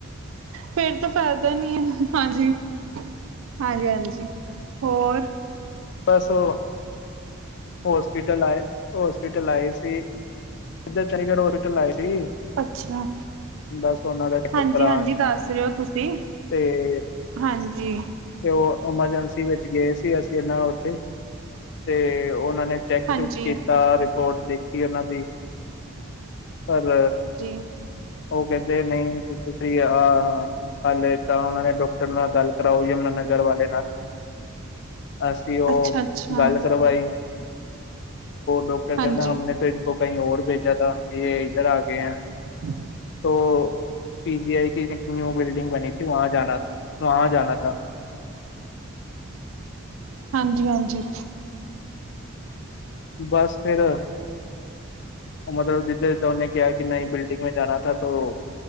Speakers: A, on the right; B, on the left.
A: ਫੇਰ ਤਾਂ ਫਾਇਦਾ ਨੀ ਏ ਹਾਂਜੀ। ਹਾਂਜੀ-ਹਾਂਜੀ ਹੋਰ।
B: ਬੱਸ ਓ ਹੋਸਪਿਟਲ ਆਏ। ਹੋਸਪਿਟਲ ਆਏ ਸੀ ਜਿੱਧਰ ਚੰਡੀਗੜ੍ਹ ਹੋਸਪਿਟਲ ਆਏ ਸੀ।
A: ਅੱਛਾ।
B: ਬਸ ਉਹਨਾਂ ਦਾ ਚੈੱਕਅਪ
A: ਹਾਂਜੀ-ਹਾਂਜੀ
B: ਕਰਾਉਣ
A: ਦੱਸ ਰੇ ਓ ਤੁਸੀਂ
B: ਤੇ
A: ਹਾਂਜੀ।
B: ਤੇ ਓ ਐਮਰਜੈਂਸੀ ਵਿੱਚ ਗਏ ਸੀ ਅਸੀਂ ਇਹਨਾਂ ਉੱਥੇ ਤੇ ਉਨਾਂ ਨੇ।
A: ਹਾਂਜੀ-ਹਾਂਜੀ-ਹਾਂਜੀ
B: ਚੈਕ ਚੁੱਕ ਕੀਤਾ ਰਿਪੋਰਟ ਦੇਖੀ ਓਨਾਂ ਦੀ ਪਰ।
A: ਅੱਛਾ-ਅੱਛਾ ਹਾਂਜੀ
B: ਓ ਕਹਿੰਦੇ ਨਈ ਤੁਸੀਂ ਆ। ਹਲੇੇ ਤਾਂ ਓਨਾਂ ਨੇ ਡਾਕਟਰ ਨਾਲ ਗੱਲ ਕਰਾਓ ਯਮੁਨਾ ਨਗਰ ਵਾਲੇ ਨਾਲ। ਅਸੀਂ ਓ
A: ਅੱਛਾ ਅੱਛਾ,
B: ਗੱਲ ਕਰਵਾਈ। ਡਾਕਟਰ
A: ਹਾਂਜੀ,
B: ਕਹੰਦਾ ਹਮਨੇ ਤੋ ਇਨਕੋ ਕਈ ਹੋਰ ਬੇਜਾ ਤਾ ਯੇ ਇੱਧਰ ਆ ਗਏ ਹੈ
A: ਹਮ <inaudible>
B: ਵੋ ਪੀ ਜੀ ਆਈ ਕੀ ਇੱਕ ਨਿਊ ਬਿਲਡਿੰਗ ਬਨੀ ਥੀ ਵਾ ਜਾਨਾ ਥਾ
A: ਹਾਂਜੀ ਹਾਂਜੀ
B: ਬਸ ਫੇੇਰ ਅ ਮਤਲਬ ਜਿੱਧਾ ਜਿੱਧਾ ਓਨੇ ਕਿਆ ਕਿ ਨਈ ਬਿਲਡਿੰਗਾ ਮੈਂ ਜਾਨਾ ਥਾ ਤੋ